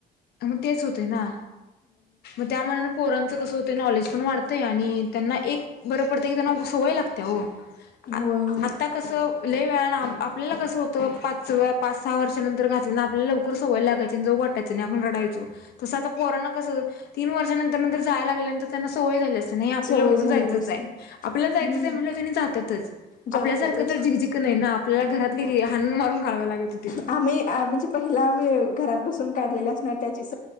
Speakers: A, on the left; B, on the left.
A: मग तेच होतय ना मग त्या मानानं पोरांचं कस होतय नॉलेज पण वाढतंय आणि त्यांना एक बरं पडतं की त्यांना सवय लागत्या हो आ
B: होय होय
A: आता कसं लय वेळानं आपल्याला कसं होतं पाचव्या पाच सहा वर्षानंतर घातल्यान आपल्याला लवकर सवय लागायची जव जाऊ वाटायचं नाही आपण रडायचो तस आता पोरांना कसं तीन वर्षांनंतर नंतर जायला लागल्यानंतर त्यांना सवय झालेली असत्या तसं नाही आपल्याला
B: सवय
A: उठून
B: झालेली
A: जायचंच
B: असते
A: आहे आपल्याला जायचंच
B: हम्म
A: आहे म्हंटल्यावर तेनी जातातच
B: जातातच
A: आपल्यासारखं तर झिकझिक नाही ना आपल्याला घरातली हानून मारून घालवाय लागत होती.
B: आम्ही म्हणजे पहिला आम्ही घरात बसून काढलेले असणार त्याचीच....